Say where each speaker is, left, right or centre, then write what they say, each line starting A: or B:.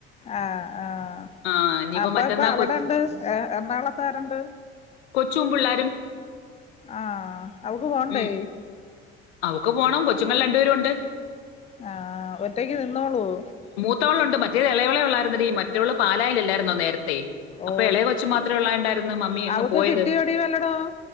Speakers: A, on the left (about 20°); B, on the left (about 80°).
A: ആഹ് ആഹ്
B: ആ ഇനിയിപ്പോ
A: അപ്പൊ
B: മറ്റന്നാ
A: ഇപ്പൊ അവിടെ
B: കൊ-
A: ഉണ്ട് എ എറണാകുളത്താരുണ്ട്
B: കൊച്ചുവും, പിള്ളാരും
A: ആഹ് അവക്ക് പോണ്ടേ
B: ഉം അവക്ക് പോണം കൊച്ചുങ്ങൾ രണ്ടുപേരും ഉണ്ട്
A: ആഹ് ആഹ് ഒറ്റക്ക് നിന്നോളൂവോ?
B: മൂത്തവളുണ്ട്, മറ്റേത് ഇളയവള് ഒള്ളായിരുന്നടി, മറ്റേവള് പാലായിലല്ലായിരുന്നോ നേരത്തെ
A: ഓ
B: അപ്പൊ എളയ കൊച്ച് മാത്രമേ ഒള്ളണ്ടായിരുന്നു മമ്മി അങ്ങ്
A: അവക്ക്
B: പോയത്
A: കിട്ടിയോടി വല്ലടോ